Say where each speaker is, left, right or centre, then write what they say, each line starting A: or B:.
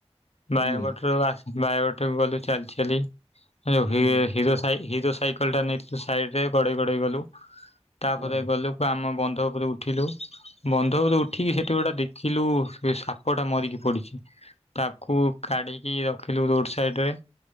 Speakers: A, on the right (about 85°); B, on the left (about 65°).
A: ହୁଁ
B: ବାୟାବଠ୍ ରୁ ଆସ ବାୟାଗଟ ଗଲୁ ଚାଲ୍ ଚାଲି ଯୋଉ
A: ହୁଁ
B: ହି ହିର ସାଇ ହିରୋ ସାଇକଲ୍ ଟା ନେଇଥିଲୁ ସାଇଡ୍ ରେ ଗଡେଇ ଗଡେଇ ଗଲୁ ତାପରେ
A: ହୁଁ
B: ଗଲୁ ଆମ ବନ୍ଧ ଉପରେ ଉଠିଲୁ ବନ୍ଧ ଉପରେ ଉଠିକି ସେଠି ଗୋଟେ ଦେ ଖିଲୁ ସେ ସାପ ଟା ମରିକି ପଡ଼ିଚି। ତାକୁ କାଡ଼ିକି ରଖିଲୁ ରୋଡ୍ ସାଇଡ୍ ରେ